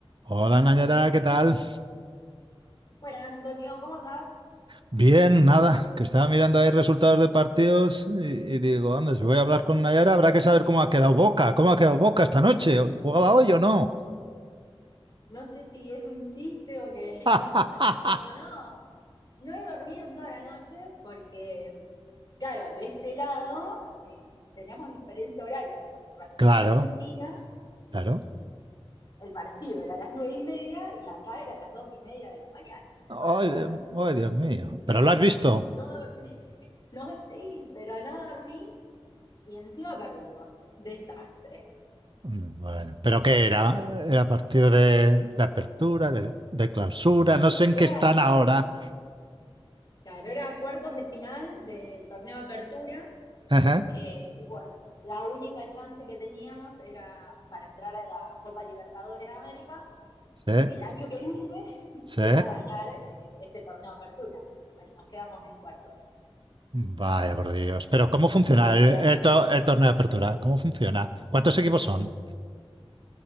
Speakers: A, on the right; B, on the left.
A: Hola Nayara, ¿qué tal?
B: Bueno, Antonio, ¿cómo andás?
A: Bien, nada, que estaba mirando ahí resultados de partidos y, y digo, anda, si voy a hablar con Nayara, habrá que saber cómo ha quedado Boca, cómo ha quedado Boca esta noche, ¿jugaba hoy o no?
B: No sé si es un chiste o qué.
A: <laughs>
B: <laughs> No, no, no he dormido en toda la noche porque, claro, de este lado eh, teníamos diferencia horaria con respecto
A: Claro,
B: a Argentina y
A: claro.
B: el partido era a las nueve y media y acá era a las dos y media de la mañana, de
A: Ay,
B: la madrugada.
A: Dios, ay, Dios mío, ¿pero lo has visto?
B: No dormí, <laughs> no, sí, pero no dormí y encima perdimos. Desastre.
A: Mm, Bueno, ¿pero qué era? Era partido de, de apertura, de, de clausura, no sé en
B: Era,
A: qué están ahora.
B: claro, era cuartos de final del torneo de apertura
A: <laughs>
B: Eh, y bueno, la única chance que teníamos era para entrar a la Copa Libertadores de América.
A: Sí,
B: El año que viene <laughs>
A: sí.
B: era ganar eh, este torneo de apertura. Bueno, nos quedamos en cuarto,
A: Vaya por Dios. Pero ¿cómo funciona
B: sufriendo.
A: el, el to- el torneo de apertura? ¿Cómo funciona? ¿Cuántos equipos son?